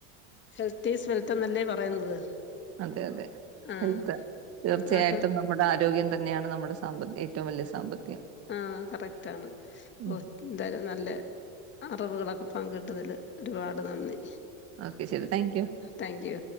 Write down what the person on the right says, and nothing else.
അതെ അതെ
ഹെൽത്ത് തീർച്ചയായിട്ടും
നമ്മുടെ ആരോഗ്യം തന്നെയാണ് നമ്മുടെ സാമ്പ ഏറ്റവും വലിയ സാമ്പത്തികം
ഉം
ഓക്കെ ശരി താങ്ക്യു